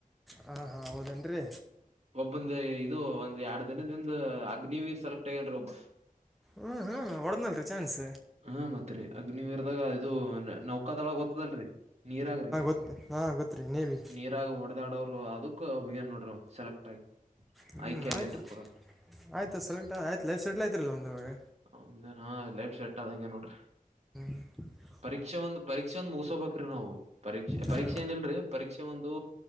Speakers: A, in the centre; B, on the right.
A: ಹಾಂ ಹಾಂ ಹೌದೇನ್ರಿ
B: ಬಂದ ಇದು ಒಂದ್ ಎರಡ್ ದಿನದಿಂದ ಅಗ್ನಿವೀರ್ ಸೆಲೆಕ್ಟ್ ಆಗ್ಯನ್ ಒಬ್
A: ಹ್ಮ ಹ್ಮ ಒಡದಲ್ರಿ ಚಾನ್ಸ್
B: ಹಾ ಮತ್ರಿ ಅಗ್ನಿವೀರ್ದಾಗ ಇದು ನೌಕಾದೊಳಗೆ ಗೊತ್ತದಲ್ರರಿ ನೀರಾಗ್ರಿ
A: ಹಾ ಗೊತ್ರಿ ನೀವಿ
B: ನೀರಾಗ ಹೊಡದಾಡೋರು ಅದಕ್ ಹೋಗ್ಯನ್ ನೋಡ್ರರು ಸೆಲೆಕ್ಟ್ ಆಗಿ
A: ಹ್ಮ್
B: ಆಯ್ಕೆ ಆಗ್ಯನ್ರಿ
A: ಆಯ್ತು
B: ಪೂರಾ
A: ಆಯ್ತ ಸಲೆಕ್ಟ್ ಆಯ್ತು ಲೈಫ್ ಸೆಟ್ಲ್ ಆಯ್ತರಿಲ್ಲ ಒಮಂದುವಾಗ
B: ಹ ಹಾ ಲೈಟ್ ಶೆಟ್ ಆದಂಗೆ ನೋಡ್ರಿ
A: ಹ
B: ಪರೀಕ್ಷೆ ಒಂದ್ ಪರೀಕ್ಷೆ ಒಂದ್ ಮುಗಿಸೋಬೇಕ್ರಿ ನಾವು ಪರೀಕ್ಷೆ
A: ಹಾಂ
B: ಪರೀಕ್ಷೆ ಏನಿಲ್ರರಿ ಪರೀಕ್ಷೆ ಒಂದು